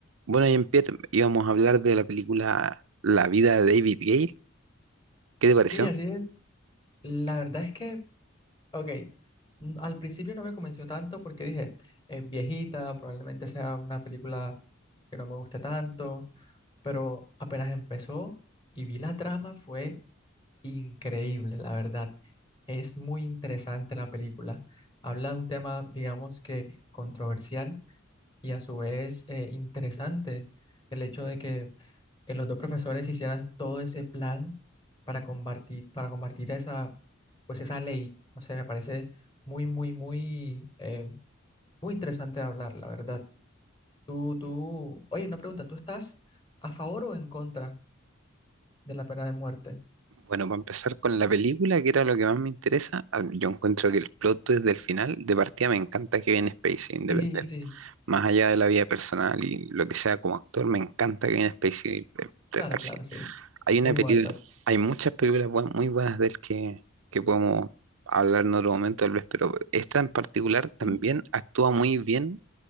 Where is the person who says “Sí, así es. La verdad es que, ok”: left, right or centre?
Left